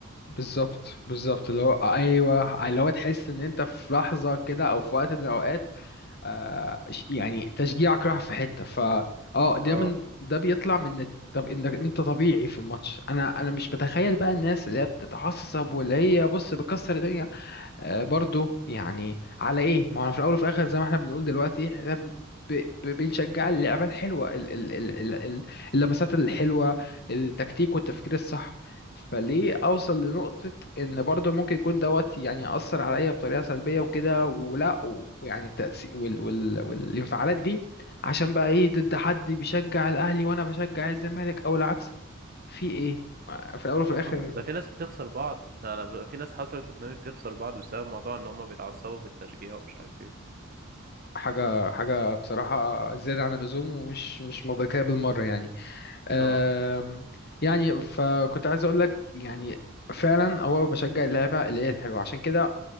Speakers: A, on the left; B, on the right.
A: بالظبط بالظبط اللي هو ايوه اللي هو تحس ان انت في لحظه كده او في وقت من الاوقات آه، ش- يعني تشجيعك راح في حتة ف اه ده
B: اه
A: من ده بيطلع من إنك- طب انك انت طبيعي في الماتش انا انا مش بتخيل بقى الناس اللي هي بتتعصب واللي هي بص بتكسر الدنيا آه، برضو يعني على ايه ما هو في الاول وفي الاخر زي ما احنا بنقول دلوقتي احنا ب- ب- بنشجع اللعبه الحلوه ال- ال- ال- ال- ال- اللمسات الحلوه التكتيك والتفكير الصح فليه اوصل لنقطه ان برضو ممكن يكون دوت يعني ياثر عليا بطريقه سلبيه وكده ولا و- ويعني التاثير وال وال والانفعالات دي عشان بقى ايه ضد حد بيشجع الاهلي وانا بشجع الزمالك او العكس في ايه في الاول وفي الاخر
B: اه ده في ناس بتخسر بعض ده انا ب- في ناس حصلت قدامي بتخسر بعض بسبب موضوع ان هم بيتعصبوا في التشجيع ومش عارف ايه
A: حاجة حاجة بصراحة زيادة عن اللزوم ومش مش منطقية بالمرة يعني أم،
B: اه
A: يعني فكنت عايز أقول لك يعني فعلا هو بشجع اللعبة اللي هي الحلوة عشان كده